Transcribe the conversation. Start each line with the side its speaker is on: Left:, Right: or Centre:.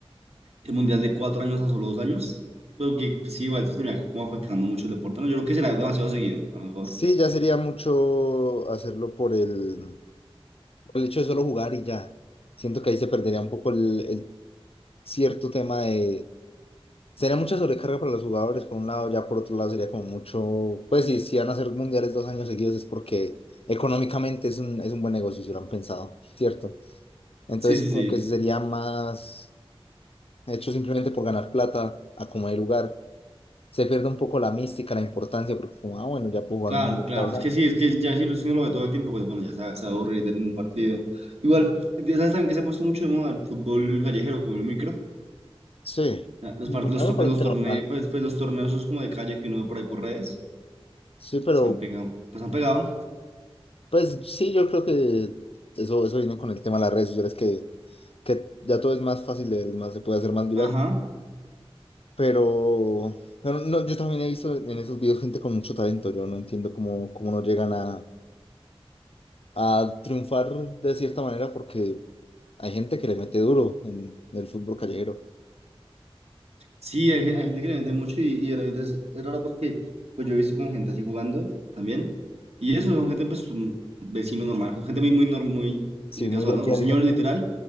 Right: el mundial de cuatro años a solo dos años, pero que pues, sí, igual esto estaría como afectando mucho el deporte, ¿no? Yo creo que será demasiado seguido, a lo mejor.
Left: Sí, ya sería mucho hacerlo por el, por el hecho de solo jugar y ya. Siento que ahí se perdería un poco el, el cierto tema de Sería mucha sobrecarga para los jugadores, por un lado, ya por otro lado sería como mucho, pues sí, si van a hacer mundiales dos años seguidos es porque económicamente es un, es un buen negocio, si lo han pensado, ¿cierto? Entonces
Right: Sí, sí,
Left: como
Right: sí.
Left: que sí sería más hecho simplemente por ganar plata a como de lugar. Se pierde un poco la mística, la importancia, porque como, ah, bueno, ya puedo jugar
Right: Claro,
Left: un mundial
Right: claro.
Left: cada dos
Right: Es
Left: años.
Right: que sí, es que ya si Luis no lo ve todo el tiempo, pues bueno, ya se, se va a aburrir en un partido. Igual, ¿sabes también que se ha puesto mucho de moda el fútbol callejero, como el micro?
Left: Sí,
Right: Ah, Los,
Left: bueno,
Right: part- los,
Left: a mí
Right: pues,
Left: me parece
Right: los
Left: que
Right: torneos,
Left: normal.
Right: pues, pues los torneos esos como de calle que uno ve por ahí por redes,
Left: Sí, pero
Right: se han pegado, pues han pegado.
Left: pues sí, yo creo que eso, eso viene con el tema de las redes sociales, que, que ya todo es más fácil de ver, es más, se puede hacer más viral.
Right: Ajá.
Left: Pero, pero no, yo también he visto en esos videos gente con mucho talento. Yo no entiendo cómo, cómo no llegan a, a triunfar de cierta manera porque hay gente que le mete duro en, el fútbol callejero.
Right: Sí, hay, gen- hay gente que le vende mucho y, y de repente es, es raro porque pues yo he visto como gente así jugando también. Y eso son gente pues un vecino normal, gente muy, muy, nor- muy,
Left: Sí,
Right: muy
Left: muy
Right: casual,
Left: del
Right: ¿no?
Left: día
Right: Son
Left: a
Right: señores
Left: día.
Right: literal